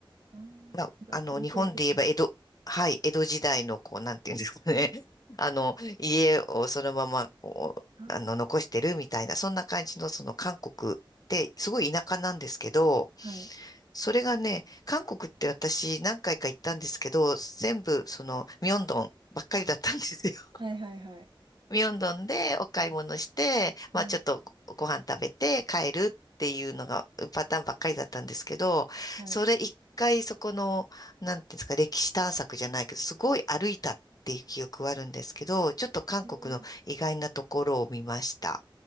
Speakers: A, on the right; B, on the left.
A: ああ。
B: まあ、
A: なんか伝統的な。
B: あの、日本で言えば江戸、はい、江戸時代の、こう、なんていうんですかね。<laughs> あの、家をそのまま、こう、
A: あ
B: あの、残してるみたいな、そんな感じの、その韓国って、すごい田舎なんですけど、
A: あ。はい。
B: それがね、韓国って私何回か行ったんですけど、全部そのミョンドンばっかりだったんですよ。<laughs>
A: はいはいはい。
B: ミョンドンでお買い物して、まあちょっとご飯食べて帰るっていうのがパターンばっかりだったんですけど、
A: うん。はい。
B: それ一回そこの、なんていうんですか、歴史探索じゃないけど、すごい歩いたっていう記憶はあるんですけど、ちょっと韓国の意外なところを見ました。
A: ええ。